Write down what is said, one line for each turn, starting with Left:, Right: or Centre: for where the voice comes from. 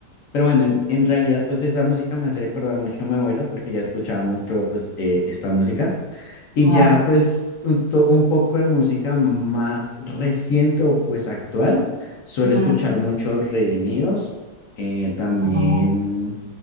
Left: Pero bueno, en, en realidad pues esa música me hace recordar mucho a mi abuela porque ya escuchaba mucho pues eh, esta música y
Right: Ajá.
Left: ya pues un, to- un poco de música más reciente o pues actual. Suelo
Right: ujú,
Left: escuchar mucho Redimidos, eh, también
Right: ajá.